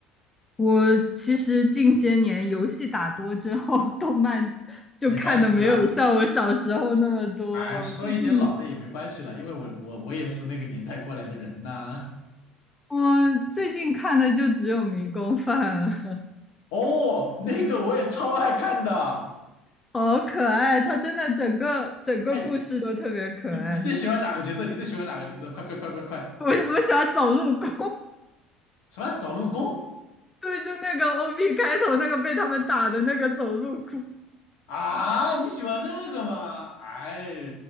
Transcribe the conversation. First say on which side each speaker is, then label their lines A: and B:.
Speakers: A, on the left; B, on the left.
A: 我其实近些年游戏打多之后，动漫就看的没有像我小时候那么多了。
B: 没关系啦，哎，说一点老的也没关系啦，
A: 我最近
B: 因为我我我也是那个年代过来的人呐、
A: 我最近看的就只有《迷宫饭》了，
B: 哦，那个我也超爱看的。
A: <laughs> 好可爱！它真的整个整个故事都特别可爱。
B: 哎，你你最喜欢哪个角色？你最喜欢哪个角色？快快快快快！
A: 我我喜欢走路哭。
B: 什么？找陆公
A: 对，就那个 OP 开头那个被他们打的那个走路哭，
B: 啊？你喜欢那个吗？哎，